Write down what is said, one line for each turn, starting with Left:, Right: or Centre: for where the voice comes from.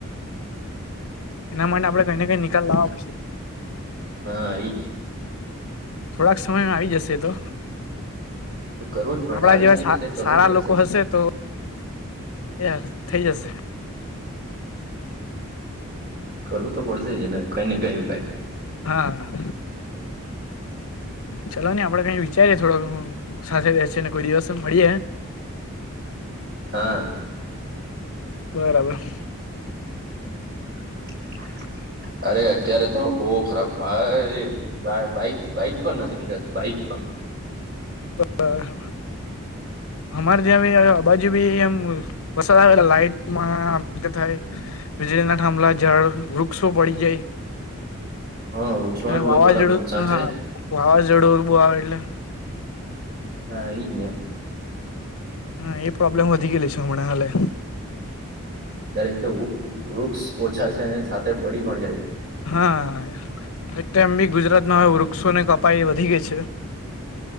Left: એના માટે આપણે કઈ ને કઈ નિકાલ લાવવા પડશે.
Right: હા એજ
Left: થોડાક સમયમાં આવી જશે એ તો.
Right: તો કરવું જ પડશે
Left: આપણા
Right: આવી
Left: જેવા
Right: નઈ જશે કરવું
Left: સારા
Right: જ પડશે
Left: લોકો હશે તો એ થઈ જશે.
Right: કરવું તો પડશે જ ને કઈ ને કઈ ભાઈ.
Left: હા. ચાલો ની આપડે કઈ વિચારીએ થોડો સાથે બેસીને કોઈ દિવસ મળીએ
Right: હા.
Left: બરાબર.
Right: <inaudible> અરે અત્યારે તો બો ખરાબ ભાઈ. બા બાઈક બાઈક પણ નથી નીકળતી બાઈક પણ.
Left: હ હમારે ત્યાં ભ આબાજુ બિ એમ વસાદ આવે એટલે લાઈટમાં આમ તેમ થાય. વીજળી ના થાભલા ઝાડ વૃક્ષો પડી જાય.
Right: હા વૃક્ષમાં બી બહુ
Left: વાવાઝોડું
Right: ખરાબ નુકસાન છે
Left: હા વાવાઝોડું બો આવે એટલે
Right: હા ઈ જ ને
Left: હા એ પ્રોબ્લેમ વધી ગેયલી છે હમણાં હાલે.
Right: ત્યારે એક તો વુક વૃક્ષ ઓછા છે ને સાથે પડી પણ જાય.
Left: હા. એક તો એમ બી ગુજરાતમાં હવે વૃક્ષો ની કપાઈ વધી ગઈ છે.